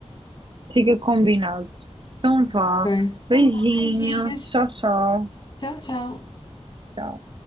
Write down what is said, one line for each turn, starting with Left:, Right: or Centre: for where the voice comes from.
Right: Fica combinado. Então vá.
Left: Ok, então
Right: Beijinho.
Left: vá, beijinhos.
Right: Tchau, tchau.
Left: Tchau, tchau.
Right: Tchau.